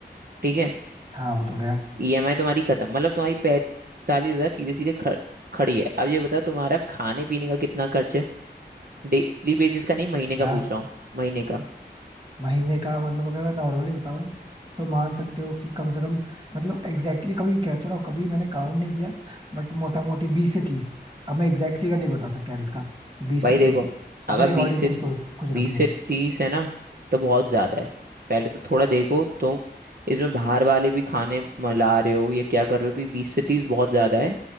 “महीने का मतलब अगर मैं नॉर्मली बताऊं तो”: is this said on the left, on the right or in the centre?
Right